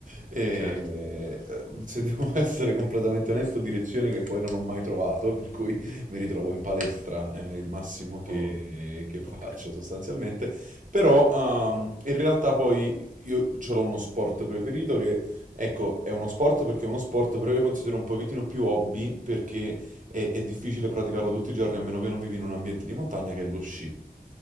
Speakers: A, on the right (about 55°); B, on the left (about 65°).
A: E,
B: Eh-eh, certo.
A: eh, se devo <laughs> essere completamente onesto, direzione che poi non ho mai trovato, per cui mi ritrovo in palestra, è il massimo che
B: Oh,
A: che faccio
B: okay.
A: sostanzialmente. Però ehm, in realtà poi io ce l'ho uno sport preferito che, ecco, è uno sport perché è uno sport, però io considero un pochettino più hobby perché è, è difficile praticarlo tutti i giorni a meno che non vivi in un ambiente di montagna che è lo sci.